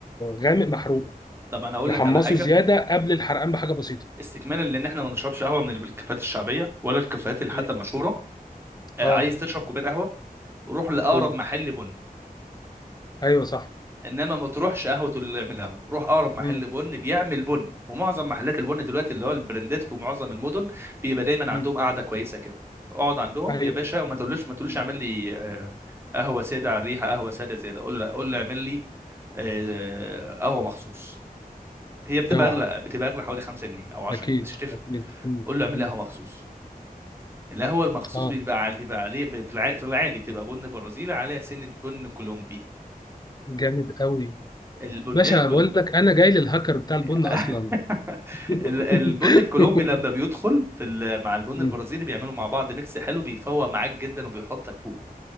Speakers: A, on the left; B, on the right.
A: غامق محروق
B: طب انا اقول
A: يحمصه
B: لك على حاجه
A: زياده قبل الحرقان بحاجه بسيطه
B: استكمالا لان احنا ما نشربش قهوه من الكافيهات الشعبيه ولا الكافيهات اللي حتى
A: مم.
B: المشهوره آه،
A: اه
B: عايز تشرب كوبايه قهوه روح لاقرب
A: يقول لي
B: محل بن
A: ايوه صح
B: انما ما تروحش قهوه اللي يعملها روح اقرب محل
A: مم.
B: بن بيعمل بن ومعظم محلات البن دلوقتي اللي هو البراندات في معظم المدن بيبقى دايما
A: مم.
B: عندهم قاعده كويسه كده اقعد عندهم
A: ايوه
B: يا باشا وما تقولش ما تقولش
A: مم.
B: اعمل لي آه، قهوه ساده على الريحه قهوه ساده زياده قول له قول له اعمل لي آه، قهوه مخصوص هي بتبقى
A: اوعى
B: اغلى بتبقى اغلى حوالي 5 جنيه او 10
A: اكيد
B: جنيه بس مش هتفرق
A: اكيد مم.
B: قول له اعمل
A: مم.
B: لي قهوه مخصوص القهوه المخصوص
A: اه
B: بيبقى عليه بيبقى عليه في الع- في العادي بتبقى بن برازيلي على سنه بن كولومبي
A: جامد قوي
B: البن
A: باشا
B: الكل
A: بقول لك انا جاي للهاكر بتاع
B: <laughs>
A: البن اصلا <laughs>
B: ال- البن الكولومبي لما بيدخل في ال- مع البن
A: مم.
B: البرازيلي بيعملوا مع بعض ميكس حلو بيفوق معاك جدا وبيحطك فوق